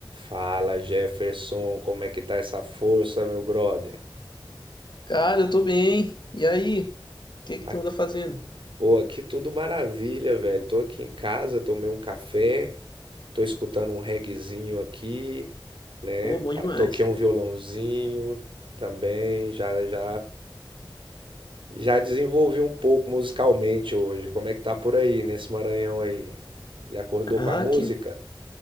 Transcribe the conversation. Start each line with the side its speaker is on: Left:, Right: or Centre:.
Right: Fala, Jefferson, como é que tá essa força, meu brother?
Left: Cara, eu tô bem. E aí? O que que
Right: Ah,
Left: tu anda fazendo?
Right: Pô, aqui tudo maravilha, velho. Tô aqui em casa, tomei um café, tô escutando um reguezinho aqui, né?
Left: Pô, bom
Right: Pa-
Left: demais.
Right: Toquei um violãozinho também, já já já desenvolvi um pouco musicalmente hoje. Como é que tá por aí nesse Maranhão aí? Já acordou
Left: Ah,
Right: com a música?
Left: que...